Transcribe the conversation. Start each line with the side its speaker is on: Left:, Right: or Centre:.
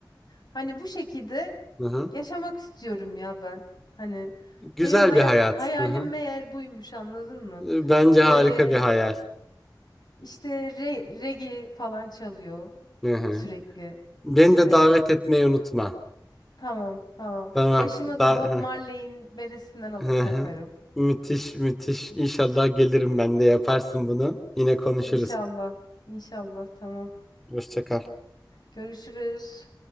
Left: Hani bu şekilde
Centre: Hı hı.
Left: yaşamak istiyorum ya ben. Hani
Centre: Güzel
Left: benim hayat
Centre: bir hayat.
Left: hayalim
Centre: Hı hı.
Left: meğer buymuş anladın mı?
Centre: Bence
Left: Böyle
Centre: harika bir hayal.
Left: İşte re- regi falan çalıyor
Centre: Hı hı.
Left: sürekli.
Centre: Beni
Left: İşte
Centre: de davet etmeyi unutma.
Left: tamam tamam.
Centre: Tamam.
Left: Başıma
Centre: Da
Left: da Bob
Centre: hı.
Left: Marley'in beresinden alır
Centre: Hı
Left: takarım.
Centre: hı. Müthiş müthiş. İnşallah gelirim ben de yaparsın bunu. Yine konuşuruz.
Left: İnşallah. İnşallah tamam.
Centre: Hoşça kal.
Left: Görüşürüz.